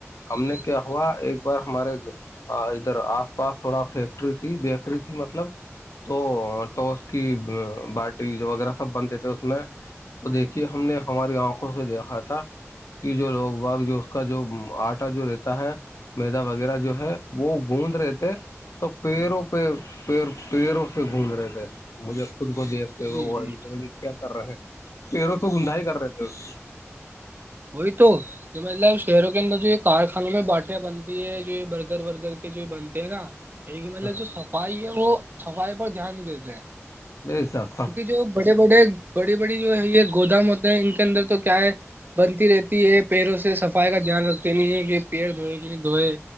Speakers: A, on the left; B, on the right.
A: ہم
B: جی
A: نے کیا ہوا ایک بار ہمارے ادھر آس پاس تھوڑا فیکٹری تھی بیکری تھی مطلب تو تو اس کی با وغیرہ سب بنتے تھے اس میں تو دیکھیے ہم نے ہماری آنکھوں سے دیکھا تھا کہ جو لوگ باگ جو اس کا جو آٹا جو رہتا ہے میدا وغیرہ جو ہے وہ گوند رہے تھے تو پیروں پیر پیروں سے گونند رہے تھے مجھے خود کو دیکھ کیا
B: جی جی
A: کر رہے ہیں پیروں سو گنندھائی کر رہے تھے اس کی <inaudible>
B: وہی تو جو مطلب شہروں کے اندر جو یہ کارخانوں میں باٹیاں بنتی ہے جو یہ برگر ورگر کے جو بنتے ہیں نا یہی کہ مطلب
A: ہاں
B: جو صفائی ہے وہ صفائی پر دھیان نہیں دیتے ہیں
A: ب ساک
B: کیونکہ جو بڑے بڑے بڑی بڑی جو ہے یہ گودام ہوتے ہیں ان کے اندر تو کیا ہے بنتی رہتی ہے پیڑوں سے صفائی کا دھیان رکھتے نہیں ہے کہ پیڑ دھوئے کہ نہیں دھوئے